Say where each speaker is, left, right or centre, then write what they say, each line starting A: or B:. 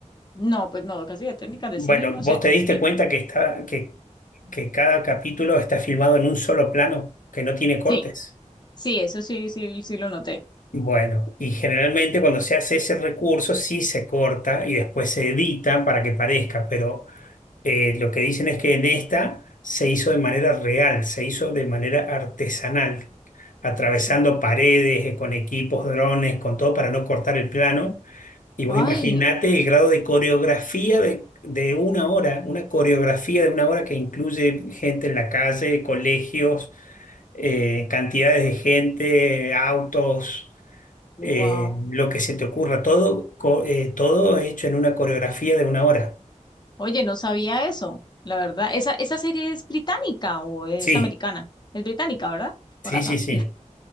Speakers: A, on the left; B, on the left.
A: No, pues no, casi de técnicas de
B: Bueno,
A: cine, no
B: ¿vos
A: sé.
B: te diste
A: Eh,
B: cuenta que está, que, que cada capítulo está filmado en un solo plano, que no tiene cortes?
A: Sí, sí, eso sí, sí, sí lo noté.
B: Bueno, y generalmente cuando se hace ese recurso sí se corta y después se edita para que parezca, pero eh, lo que dicen es que en esta se hizo de manera real, se hizo de manera artesanal, atravesando
A: Sí.
B: paredes, eh, con equipos, drones, con todo para no cortar el plano y vos
A: Ay,
B: imaginate el grado de coreografía de, de una hora, una coreografía de una hora que incluye gente en la calle, colegios, eh, cantidades de gente, autos,
A: wow.
B: eh, lo que se te ocurra, todo, co- eh, todo hecho en una coreografía de una hora.
A: Oye, no sabía eso, la verdad. ¿Esa, esa serie es británica o es
B: Sí,
A: americana? Es británica, ¿verdad? Con
B: sí,
A: razón.
B: sí, sí.